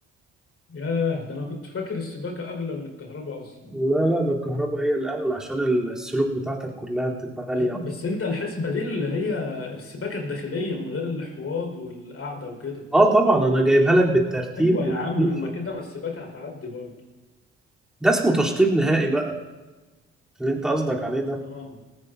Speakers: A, on the left (about 50°); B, in the centre.
A: ياه ده انا كنت فاكر السباكة اغلى من الكهرباء اصلا
B: لا لا ده الكهرباء هي الاغلى عشان السلوك بتاعتك كلها بتبقى غالية
A: ب- بس انت الحسبة دي اللي هي السباكة الداخلية من غير الحواض والقعدة وكده
B: اه طبعا انا جايبها لك بالترتيب
A: ايوه يا عم
B: <laughs>
A: ما كده ما السباكة هتعدي برضو
B: ده اسمه تشطيب نهائي بقى اللي انت قصدك عليه ده
A: اه